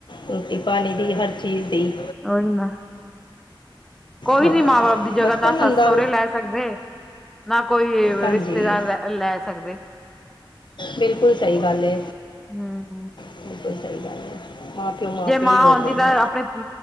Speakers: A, on the left; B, in the centre.
A: ਰੋਟੀ ਪਾਣੀ ਦੀ ਹਰ ਚੀਜ਼ ਦੀ
B: ਉਹੀ ਨਾ ਕੋਈ
A: ਹਾਂ
B: ਨੀ ਮਾਂ ਬਾਪ ਦੀ ਜਗਾ
A: ਬਚਪਨ
B: ਨਾ
A: ਹੁੰਦਾ
B: ਸੱਸ ਸੋਹਰੇ ਲੈ ਸਕਦੇ ਨਾ ਕੋਈ
A: ਹਾਂਜੀ
B: ਰਿਸ਼ਤੇਦਾਰ ਲੈ ਲੈ ਸਕਦੇ।
A: ਬਿਲਕੁਲ ਸਹੀ ਗੱਲ ਹੈ
B: ਹਮ
A: <inaudible> ਮਾਪਿਓ
B: ਜੇ ਮਾਂ
A: ਹੀ ਹੁੰਦੇ
B: ਆਉਂਦੀ ਤਾਂ
A: ਨੇ
B: ਆਪਣੇ